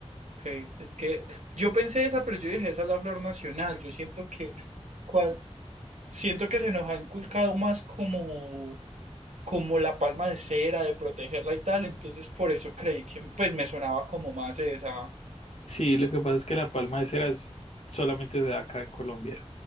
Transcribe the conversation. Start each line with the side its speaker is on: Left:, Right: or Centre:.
Right: Ok, es que yo pensé esa, pero yo dije, esa es la flor nacional. Yo siento que, cual- siento que se nos ha inculcado más como, como la palma de cera, de protegerla y tal. Entonces por eso creí que pues me sonaba como más esa.
Left: Sí, lo que pasa es que la palma de cera es- solamente se da acá en Colombia